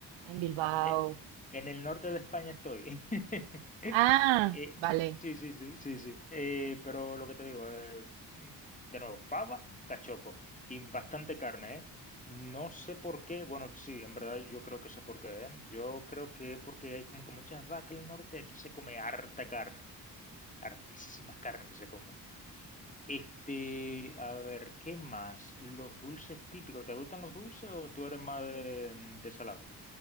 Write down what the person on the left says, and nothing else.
eh, en el norte de España estoy. <laughs>
Eh,
sí, sí, sí, sí, sí. Eh, pero lo que te digo, eh, mm, de nuevo, fava, cachopo y bastante carne, ¿eh? No sé por qué, bueno, sí, en verdad yo creo que sé por qué, ¿eh? Yo creo que porque hay como que muchas vacas en el norte, aquí se come harta carne, hartísima carne se come. Este, a ver, ¿qué más? Los dulces típicos. ¿Te gustan los dulces o tú eres más de, mm, de salado?